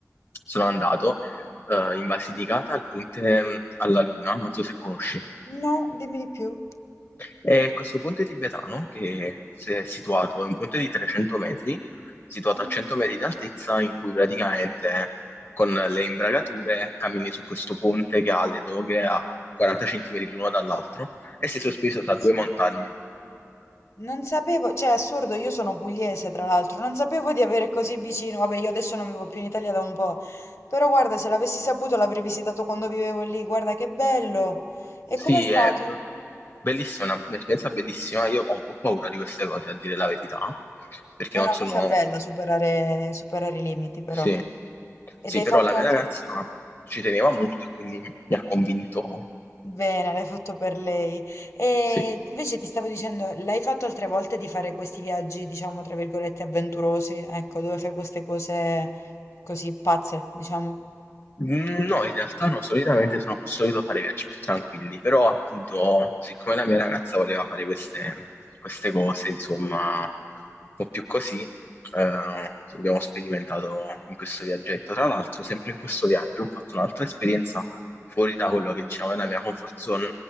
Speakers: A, on the left (about 45°); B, on the left (about 65°).
A: sono andato eh, in Basilicata al Ponte mm, alla Luna, non so se conosci.
B: No, dimmi di più.
A: E questo ponte tibetano, che si è situato, è un ponte di 300 metri, situato
B: Mm.
A: a 100 metri di altezza, in cui praticamente con le imbragature cammini su questo ponte che ha le doghe a 40 centimetri l'uno dall'altro e sei
B: Sì.
A: sospeso tra due montagne.
B: Non sapevo, cioè è assurdo, io sono pugliese tra l'altro, non sapevo di avere così vicino, vabbè io adesso non vivo più in Italia da un po', però guarda se l'avessi saputo l'avrei visitato quando vivevo lì, guarda che bello! E
A: Sì,
B: com'è stato?
A: è bellissima, una- un'esperienza bellissima. Io ho un po' paura di queste cose, a dire la verità, perché
B: È
A: non
B: una
A: sono...
B: cosa bella superare, superare i limiti però.
A: Sì,
B: Ed
A: sì,
B: hai
A: però
B: fatto
A: la mia
B: altre...
A: ragazza ci teneva molto e quindi mi ha convinto,
B: Bene, l'hai fatto per lei. E
A: sì.
B: invece ti stavo dicendo, l'hai fatto altre volte di fare questi viaggi, diciamo, tra virgolette, avventurosi, ecco, dove fai queste cose così pazze, diciamo.
A: Mm, No, in realtà no, solitamente sono solito fare viaggi più tranquilli, però appunto, siccome la mia ragazza voleva fare queste, queste cose, insomma, un po' più così, eh, abbiamo sperimentato in questo viaggetto. Tra l'altro, sempre in questo viaggio ho fatto un'altra esperienza fuori da quello che diciamo è la mia comfort zone,